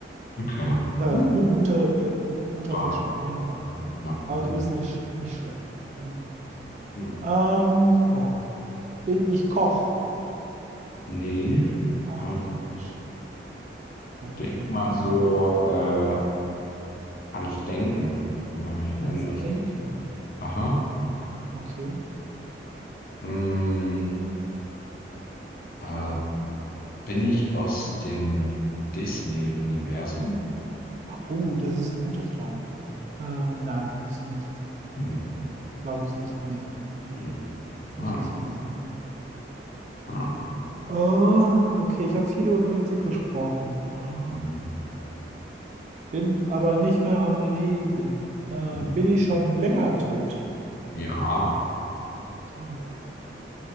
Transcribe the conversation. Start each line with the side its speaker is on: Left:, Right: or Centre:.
Left: okay.
Right: Äh,
Left: Hm.
Right: gut, guter, äh, gu- guter
Left: Gerade.
Right: Vorschlag, auf jeden Fall.
Left: Ähm, ja.
Right: Aber
Left: Hm.
Right: du bist nicht, nicht Schreck. Nein.
Left: Hm.
Right: Ähm, oh, bin ich Koch?
Left: Nee.
Right: Auch
Left: Ähm,
Right: nicht. Shit, Also
Left: denk
Right: vielleicht
Left: mal
Right: im Fernsehen
Left: so
Right: gucken.
Left: äh, ans Denken vielleicht, wenn
Right: Ans
Left: das.
Right: Denken.
Left: Aha.
Right: Okay.
Left: Hm. Äh, bin ich aus dem Disney-Universum?
Right: Oh, das ist eine gute Frage. Äh, nein, bist du nicht.
Left: Hm.
Right: Glaube ich nicht. Nee, mm, mm.
Left: Hm. Ah,
Right: nicht aus dem Disneyland.
Left: Ja.
Right: Oh, okay, ich habe viel über Politik gesprochen. Ah,
Left: Mhm.
Right: bin aber nicht mehr am Leben. Äh,
Left: Mhm.
Right: bin ich schon länger tot?
Left: Ja.
Right: Okay.